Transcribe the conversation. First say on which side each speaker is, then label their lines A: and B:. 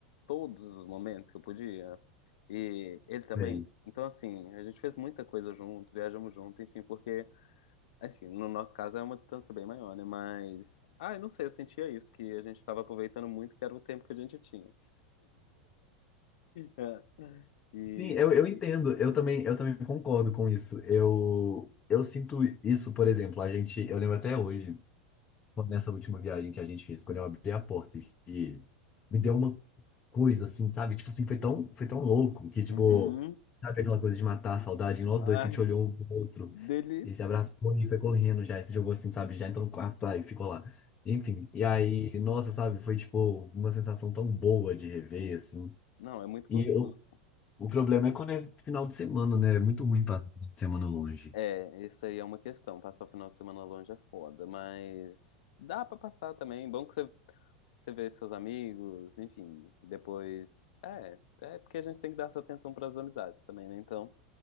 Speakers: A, on the left; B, on the left.
A: todos os momentos que eu podia. E ele também.
B: sei.
A: Então, assim, a gente fez muita coisa junto, viajamos junto, enfim, porque. Assim, no nosso caso é uma distância bem maior, né? Mas. Ah, eu não sei, eu sentia isso, que a gente estava aproveitando muito, que era o tempo que a gente tinha. <laughs> É. E.
B: Sim, eu, eu entendo, eu também, eu também concordo com isso. Eu, eu sinto isso, por exemplo, a gente, eu lembro até hoje, quando nessa última viagem que a gente fez, quando eu abri a porta e vi- me deu uma coisa assim, sabe? Tipo assim, foi tão, foi tão louco que, tipo,
A: Uhum.
B: sabe aquela coisa de matar a saudade em nós dois,
A: Ai,
B: que a gente olhou
A: que
B: um pro outro
A: delícia!
B: e se abraçou e foi correndo já, e se jogou assim, sabe? Já entrou no quarto tá, e ficou lá. Enfim, e aí, nossa, sabe? Foi, tipo, uma sensação tão boa de rever,
A: Sim.
B: assim.
A: Não, é muito gostoso.
B: E eu, o problema é quando é final de semana, né? É muito ruim passar final de semana longe.
A: É, isso aí é uma questão. Passar o final de semana longe é foda, mas dá pra passar também. Bom que você, você vê seus amigos, enfim. Depois. É, é porque a gente tem que dar essa atenção pras amizades também, né? Então.